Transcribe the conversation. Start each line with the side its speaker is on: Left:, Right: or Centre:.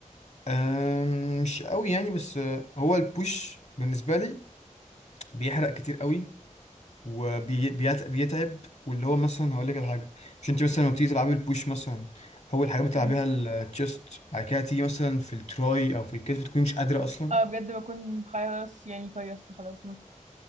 Left: أم، مش قوي يعني بس آه، هو البوش بالنسبه لي بيحرق كتير قوي وبيتعب واللي هو مثلا هقول لك على حاجه مش انت مثلا لما بتيجي تلعبي البوش مثلا اول حاجه بتلعبيها
Right: امم
Left: التشيست بعد كده تيجي مثلا في التراي او في الكتف تكوني مش قادره اصلا
Right: اه بجد بكون خلاص يعني فيصت خلاص مت